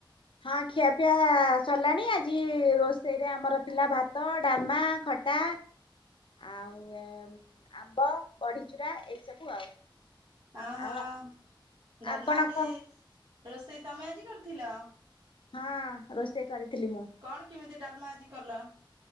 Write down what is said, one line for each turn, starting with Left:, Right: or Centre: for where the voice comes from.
Left: ହଁ ଖିଆ ପିଆ ସଲାଣି ଆଜି ରୋଷେଇରେ ଆମର ଥିଲା ଭାତ ଡାଲମା ଖଟା ଆଉ ଏ ଆମ୍ବ ବଢିଚୁରା ଏଇସବୁ ଆଉ
Right: ଅ ହଁ
Left: ଆଉ
Right: ଡାଲମା
Left: ଆପଣଙ୍କ
Right: ଆଜି ରୋଷେଇ ତମେ ଆଜି କରିଥିଲ?
Left: ହଁ ରୋଷେଇ କରିଥିଲି ମୁଁ।
Right: କଣ କେମିତି ଡାଲମା ଆଜି କଲ?